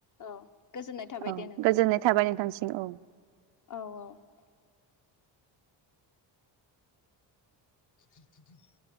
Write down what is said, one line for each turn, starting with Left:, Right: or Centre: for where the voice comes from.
Left: औ गोजोननाय थाबाय
Right: औ
Left: दे नोंथां
Right: गोजोननाय थाबाय नोंथांसिम औ‌
Left: औ औ <inaudible>